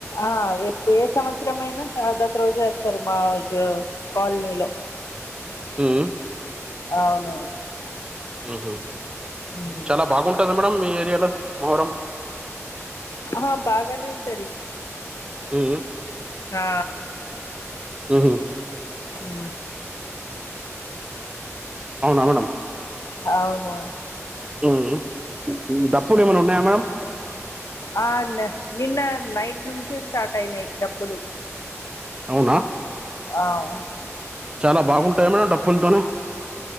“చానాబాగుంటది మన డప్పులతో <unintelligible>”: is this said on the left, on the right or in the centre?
Right